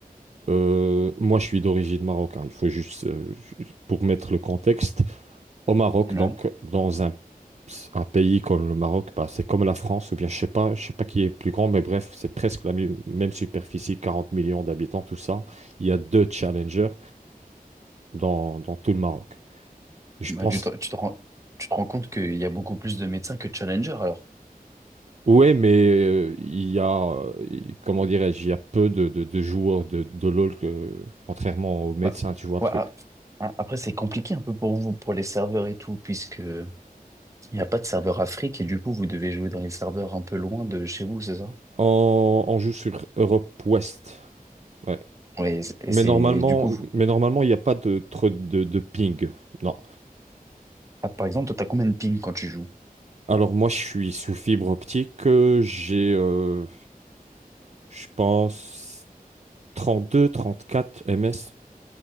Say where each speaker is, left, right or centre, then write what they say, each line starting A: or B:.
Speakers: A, on the right; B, on the right.
A: Euh, moi, je suis d'origine marocaine. Il faut juste, euh, ju- pour mettre le contexte, au Maroc,
B: Ouais.
A: donc dans un, un pays comme le Maroc, bah, c'est comme la France, ou bien je sais pas, je sais pas qui est plus grand, mais bref, c'est presque la mi- même superficie, 40 millions d'habitants, tout ça. Il y a deux challengers dans, dans tout le Maroc. Je
B: Bah,
A: pense,
B: tu te, tu te rends, tu te rends compte qu'il y a beaucoup plus de médecins que de challengers, alors.
A: ouais, mais euh, il y a, euh, il- comment dirais-je, il y a peu de, de, de joueurs de, de LoL que, contrairement aux médecins,
B: Ouais.
A: tu vois le
B: Ouais,
A: truc.
B: ah, ah, après, c'est compliqué un peu pour vous, pour les serveurs et tout, puisque il n'y a pas de serveur Afrique et du coup, vous devez jouer dans les serveurs un peu loin de chez vous, c'est ça?
A: On, on joue sur Europe Ouest, ouais.
B: Ouais, et c'est et
A: Mais
B: c'est-
A: normalement,
B: du coup, vous-
A: mais normalement, il n'y a pas de trop de, de ping, non.
B: ah, par exemple, toi, t'as combien de ping quand tu joues?
A: Alors moi, je suis sous fibre optique, euh, j'ai, euh, je pense, 32, 34 ms,